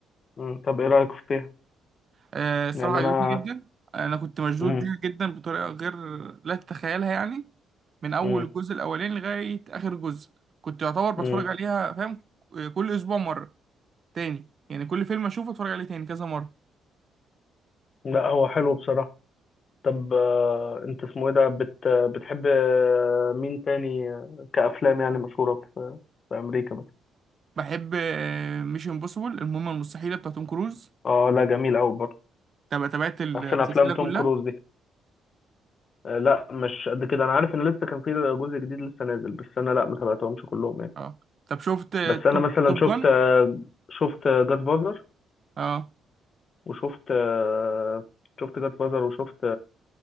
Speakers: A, on the left; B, on the right.
A: مم. طب ايه رايك فيها
B: آه، الصراحة
A: يعني
B: عجبتني
A: انا
B: جدا أنا كنت مشدود
A: مم.
B: ليها جدا بطريقة غير لا تتخيلها يعني من أول
A: مم.
B: الجزء الأولاني لغاية آخر جزء كنت يعتبر بتفرج
A: مم.
B: عليها فاهم آه، كل أسبوع مرة تاني يعني كل فيلم أشوفه أتفرج عليه تاني كذا مرة
A: لا هو حلو بصراحه طب آه، انت اسمه ايه ده بت بتحب آه، مين تاني آه، كأفلام يعني مشهورة في في أمريكا مثلا
B: بحب مش امبوسيبل المهمة المستحيلة بتاعت توم كروز
A: اه لا جميل قوي برضه
B: تابع تابعت السلسلة
A: أحسن أفلام توم
B: كلها
A: كروز دي آه، لا مش قد كده أنا عارف إن لسه كان في جزء جديد لسه نازل بس أنا لا ما تابعتهمش كلهم يعني
B: اه طب شفت آه،
A: بس أنا
B: توب
A: مثلا
B: توب
A: شفت
B: جان
A: آه، شفت جاد فازر
B: اه
A: وشفت آه، شفت جاد فازر وشفت